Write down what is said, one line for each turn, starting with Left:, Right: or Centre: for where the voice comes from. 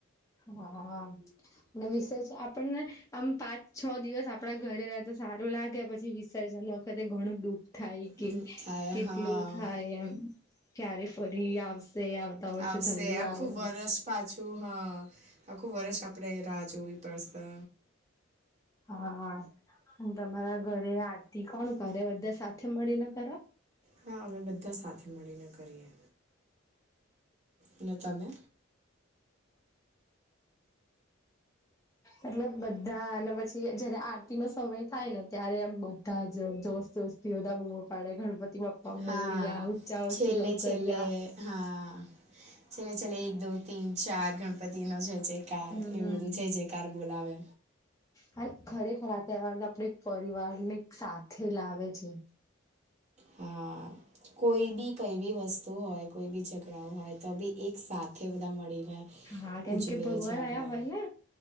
Left: હા અને વિશે છે આપણને આમ પાંચ છ દિવસ આપડા ઘરે રહે તા સારું લાગે પછી વિસર્જન વખતે ઘણું દુઃખ થાય કે
Right: દુઃખ થાય
Left: કેટલું
Right: હા
Left: થાય એમ ક્યારે ફરી આવશે આવતા વર્ષે
Right: આવશે
Left: જલ્દી
Right: આખું
Left: આવે
Right: વરસ પાછું હા આખુ વર્ષ આપણે રાહ જોવી પડશે
Left: હા અને તમારા ઘરે આરતી કોણ કરે બધા સાથે મળીને કરો
Right: હા અમે બધા સાથે મળીને કરીએ અને તમે
Left: <inaudible> એટલે બધા અને પછી જ્યારે આરતી નો સમય થાય ને ત્યારે આમ બધા જ જોશ જોશ થી બધા બુમો પાડે ગણપતિ બાપ્પા
Right: હા
Left: મોર્યા ઉંચા વર્ષી
Right: છેલ્લે
Left: લવકરિયા
Right: છેલ્લે હા છેલ્લે છેલ્લે એક દો તીન ચાર ગણપતિનો જય જય કાર કાર
Left: હમ
Right: એવું બધું જય જય કાર બોલાવે
Left: હા ખરેખર આ તહેવાર તો આપડે એક પરિવાર ને એક સાથે લાવે છે
Right: હા કોઈ બી કઈ બી વસ્તુ હોય કોઈ બી ઝઘડાઓ હોય તો બી એક સાથે બધા મળીને
Left: હા કેમ
Right: ઉજવે
Left: કે ભગવાન
Right: છે આપણે
Left: આયા હોય ને.